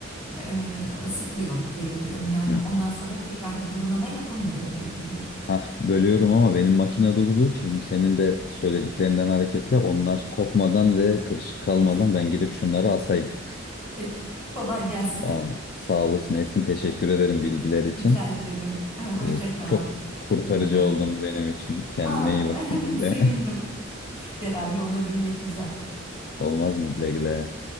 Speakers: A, on the left; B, on the left.
A: eee, sıkıyor diye biliyorum. Yani
B: Hmm.
A: ondan sonra tekrar bir durulama yapılmıyor diye biliyorum.
B: Hah, bölüyorum ama benim makine durdu. Şimdi senin de söylediklerinden hareketle onlar kokmadan ve kırışık kalmadan
A: Peki,
B: ben gidip şunları asayım.
A: peki. Kolay gelsin.
B: Aa, sağ olasın Esin, teşekkür ederim bilgiler için.
A: Rica ederim. Ee, Hoşça
B: Ee,
A: kal.
B: Çok kurtarıcı
A: İyi günler.
B: oldun benim için. Kendine
A: Aa,
B: iyi bak
A: <laughs>
B: güle güle.
A: sevindim. Yararlı olabilmek güzel.
B: <laughs> Olmaz mı güle güle?